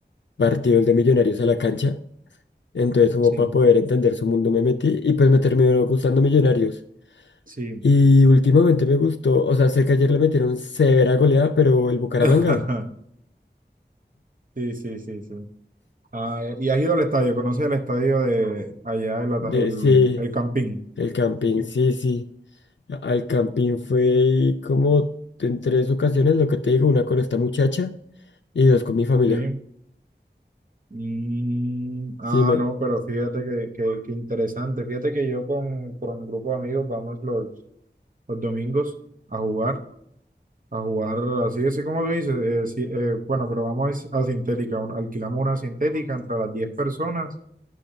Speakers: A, on the left; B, on the right.
A: partidos de Millonarios a la cancha. Entonces, como
B: Sí,
A: para poder entender su mundo, me metí y pues me terminó gustando Millonarios.
B: sí.
A: Y últimamente me gustó, o sea, sé que ayer le metieron severa goleada, pero el Bucaramanga,
B: <laughs> Sí, sí, sí, sí. Ah, y has ido al estadio, conoces el estadio de allá, el, ata-
A: de,
B: el,
A: sí,
B: el Campín.
A: el Campín,
B: Sí.
A: sí, sí. a- Al Campín fue como en tres ocasiones, lo que te digo, una con esta muchacha y dos con mi familia.
B: Sí. Mm, ah,
A: Sí, me-
B: no, pero fíjate que, que, que interesante. Fíjate que yo con, con un grupo de amigos vamos los, los domingos a jugar, a jugar así, así como tú dices. eh, sí, eh, bueno, pero vamos a, a sintética, un- alquilamos una sintética entre las 10 personas